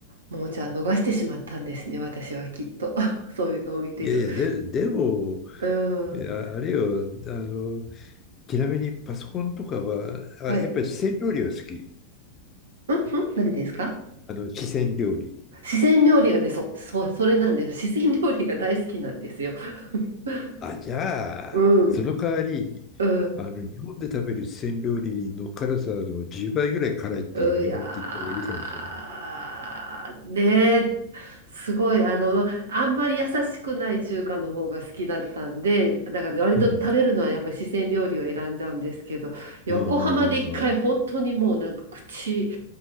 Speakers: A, on the right; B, on the left.
A: もうじゃあ逃してしまったんですね、私はきっと。<laughs> そういうのを見てる。
B: う。いやいや、で、でも、
A: う
B: いやあれよ、
A: ん。
B: あの、ちなみにパソコンとかは、あ、
A: はい。
B: やっぱり四川料理は好き。
A: うんうん何ですか
B: あの、四川料理。
A: 四川料理がね、そ、そう、それなんです。四川料理が大好きなんですよ。<laughs>
B: あ、じゃあ、
A: うん。
B: その代わり、
A: うん。
B: あの、日本で食べる四川料理の辛さの10倍ぐらい辛いっていうふうに思っていった方がいいかもしれない。
A: うやー、ねえ、すごい、あの、あんまり優しくない中華の方が好きだったんで、だから割と食べるのはやっぱり四川料理を選んじゃうんですけど、
B: うん。
A: 横浜で一回本当にもうなんか口、
B: うんうんうんうん。